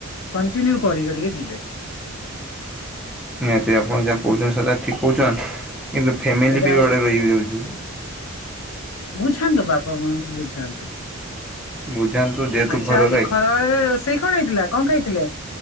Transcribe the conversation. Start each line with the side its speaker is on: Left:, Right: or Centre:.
Left: କଣ୍ଟିନ୍ୟୁ କରି କରିକେ ଯିବେ। <inaudible>
Centre: ଏଦି ଆପଣ ଯାହା କହୁଛନ୍ତି ସେଟା ଠିକ୍ କହୁଛନ୍ତି। କିନ୍ତୁ ଫ୍ୟାମିଲି
Left: ଏଇଟା
Centre: ବି
Left: ଆଉ
Centre: ୟାଡ ରହି ଯାଉଛି।
Left: ବୁଝାନ୍ତୁ ବାପା ମାଙ୍କୁ ବୁଝାନ୍ତୁ।
Centre: ବୁଝାନ୍ତୁ ଯେହେତୁ
Left: ଆଚ୍ଛା
Centre: ଘରର
Left: ଆଜି ଖରା ବେଳରେ ରୋଷେଇ କଣ ହେଇଥିଲା କଣ ଖାଇ ଥିଲେ?